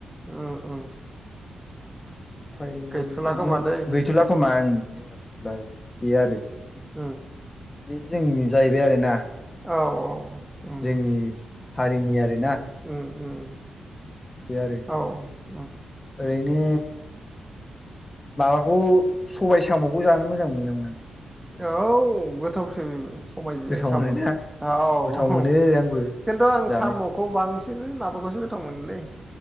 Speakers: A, in the centre; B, on the left (about 20°).
A: उम उम।
B: ओमफ्रायो
A: गैथ'ला
B: बिनि
A: खोमा
B: उ
A: दै बेनिफ्राय
B: गैथ'ला खोमा उम बिनि उनाव गैथ'ला औ बेयो आरो।
A: उम
B: बे जोंनि जाहैबाय आरोना
A: औ औ उम
B: जोंनि हारिनि आरो
A: उम उम
B: बे आरो
A: औ
B: ओरैनो माबाखौ सबाय साम'खौ जानो मोजां मोनोना मोना नों?
A: औ गोथावसो बेबो सबायजों
B: गोथाव
A: साम'जों
B: मोनोना
A: औ
B: गोथाव मोनो आंबो
A: खिन्थु आं
B: जानो
A: साम'खौ बांसिन माबाखौसो गोथाव मोनोलै